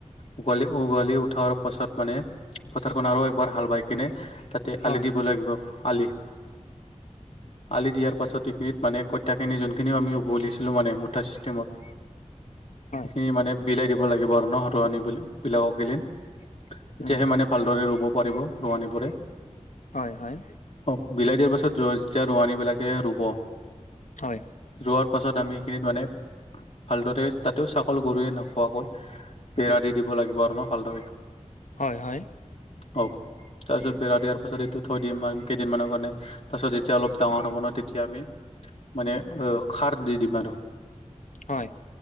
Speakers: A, on the left (about 50°); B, on the left (about 80°).
A: উঘালি, উঘালি উঠাৰ পাছত মানে, পথাৰখন আৰু একবাৰ হাল বাই কিনে তাতেই
B: হয়
A: আলি দিব লাগিব, আলি। আলি দিয়াৰ পাছত এইখিনিত মানে কঠিয়াখিনি যোনখিনি আমি উঘলিছিলোঁ মানে, মুঠা ছিষ্টেমত।
B: হয়
A: সেইখিনি মানে বিলাই দিব লাগিব আৰু ন, তাহঁতক আনি <unintelligible> তেতিয়াহে
B: উম
A: মানে ভালদৰে ৰুব পাৰিব, ৰোৱনিবোৰে।
B: হয় হয়।
A: অ', বিলাই দিয়াৰ পাছত যেতিয়া ৰোৱানী বিলাকে ৰুব
B: হয়।
A: যোৱাৰ পাছত আমি সিখিনিত মানে, ভালদৰে তাতেও ছাগল গৰুৱে নোখোৱাকৈ বেৰা দি দিব লাগিব আৰু ন ভালদৰে।
B: হয় হয়।
A: অহ, তাৰপিছত বেৰা দিয়াৰ পাছত এইটো থৈ দিম আৰু কেইদিনমানৰ কাৰণে। তাৰপাছত যেতিয়া অলপ ডাঙৰ হ' ব নহয়, তেতিয়া আমি মানে সাৰ দি দিম আৰু।
B: হয়।